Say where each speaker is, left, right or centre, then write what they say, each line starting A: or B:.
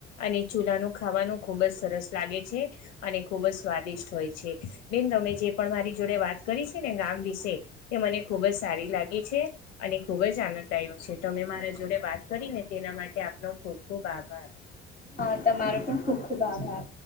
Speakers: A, on the left; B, on the left.
A: અને ચૂલાનું ખાવાનું ખુબ જ સરસ લાગે છે અને ખુબ જ સ્વાદિષ્ટ હોય છે. બેન તમે જે પણ મારી જોડે વાત કરી છે ને ગામ વિશે એ મને ખુબ જ સારી લાગી છે ખુબ જ આનંદાય છે. તમે
B: મને
A: મારા જોડે
B: પણ.
A: વાત કરીને તેના માટે આપનો ખુબ ખુબ આભાર
B: હા તમારો પણ ખુબ ખુબ આભાર